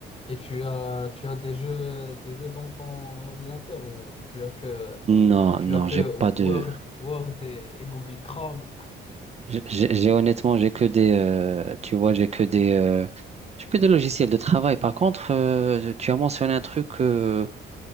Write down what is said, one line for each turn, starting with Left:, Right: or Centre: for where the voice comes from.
Left: et tu as, tu as des jeux, des jeux dans ton ordinateur ou, ou tu as que,
Right: Non,
Left: ou tu
Right: non,
Left: as que
Right: j'ai pas de.
Left: Word, Word et, et Google Chrome.
Right: J'ai j'ai- honnêtement, j'ai que des, euh, tu vois, j'ai que des, euh, j'ai que des logiciels de travail. Par contre, euh, tu as mentionné un truc euh,